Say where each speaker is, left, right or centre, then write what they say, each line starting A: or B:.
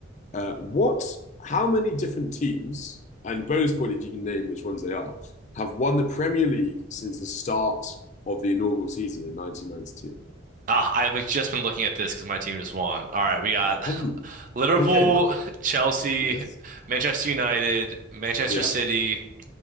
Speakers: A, on the left; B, on the right.
A: Uh, what, how many different teams, and bonus point if you can name which ones they are, have won the Premier League since the start of the inaugural season in 1992?
B: Ah, I've just been looking at this because my team just won. All right, we got
A: Have you?
B: <laughs> Liverpool,
A: Okay, nice.
B: Chelsea,
A: Yes.
B: Manchester United, Manchester
A: Yeah.
B: City.